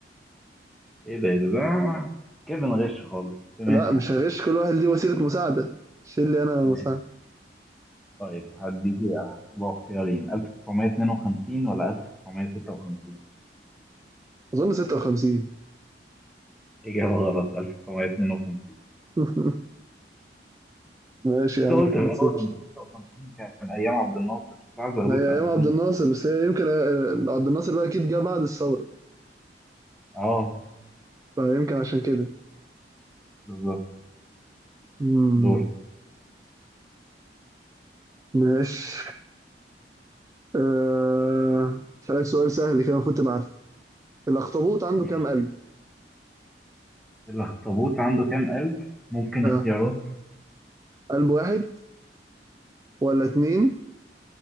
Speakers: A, in the centre; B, on the right.
A: ايه ده ايه ده ده كده بنغش خالص بس ماشي
B: لا مش
A: يعني
B: هغش كل واحد ليه وسيلة مساعدة شيل لي انا مساعدة
A: ماشي. طيب هديك بقى اختيارين 1952 ولا 1956
B: اظن 56
A: إجابة غلط 1952
B: <laughs> ماشي
A: انت
B: يا عم
A: قلت
B: 2-0.
A: في الاول ان 56 كان ايام عبد الناصر سعد زغلول
B: ما هي
A: كان
B: ايام
A: قبلهم
B: عبد الناصر بس هي يمكن آه، عبد الناصر بقى اكيد جه بعد الثورة
A: اه
B: فيمكن عشان كده
A: بالظبط
B: مم.
A: دور
B: ماشي أه... أسألك سؤال سهل كده المفروض تبقى عارف الأخطبوط عنده
A: ماشي
B: كام قلب؟
A: الاخطبوط عنده كام قلب ممكن
B: أه.
A: اختيارات
B: قلب واحد ولا اتنين